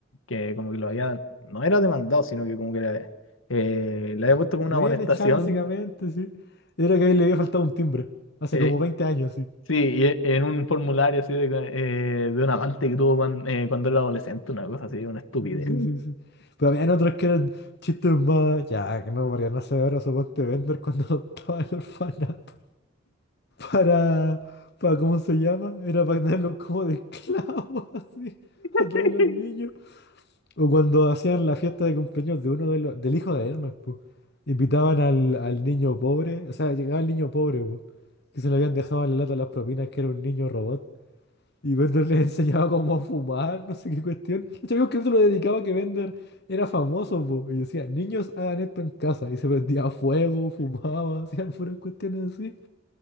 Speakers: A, on the left; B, on the left.
A: que como que lo había, no era demandado, sino que como que la, eh, le había puesto como una
B: Lo
A: amonestación
B: habían echado básicamente, sí. Era que a él le había faltado un timbre, hace
A: Eh,
B: como 20 años, sí.
A: sí, y e- en un formulario así de, eh, de un amante que tuvo cuando, cuando era adolescente, una cosa así, una estupidez.
B: Sí, sí, sí, sí. Pero habían otros que eran chistes más, ya, que no, Mariana Severo, suponte vender cuando <laughs> estaba en el orfanato. para, para, ¿cómo se llama? Era para tenerlos como de esclavos, <laughs> así, a
A: <laughs>
B: todos los niños. O cuando hacían la fiesta de cumpleaños de uno de los, del hijo de Hermes, pues. Invitaban al, al niño pobre, o sea, llegaba el niño pobre, pues, que se le habían dejado en la lata las propinas, que era un niño robot. Y Bender les enseñaba cómo a fumar, no sé qué cuestión. De hecho, había un capítulo dedicado a que Bender era famoso, pues, y decía, niños hagan esto en casa. Y se prendía fuego, fumaba, <laughs> hacían puras cuestiones así.